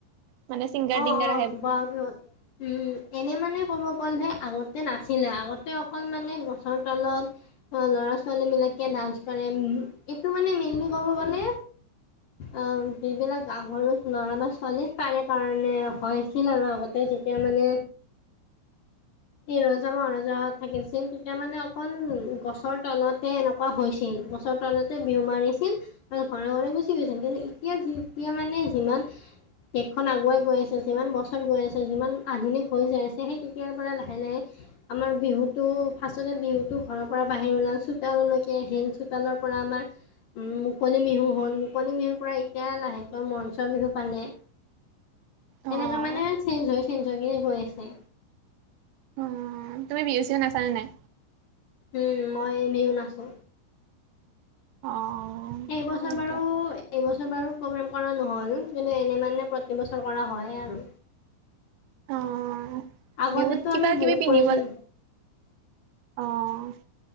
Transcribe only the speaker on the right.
মানে ছিংগাৰ
টিংগাৰ
আহে বুলি
অ',
অ' তুমি বিহু চিহু নাচানে নাই?
অ'
সেইটো
অ',
বিহুত কিবা
কিবি
পিন্ধিব
অ'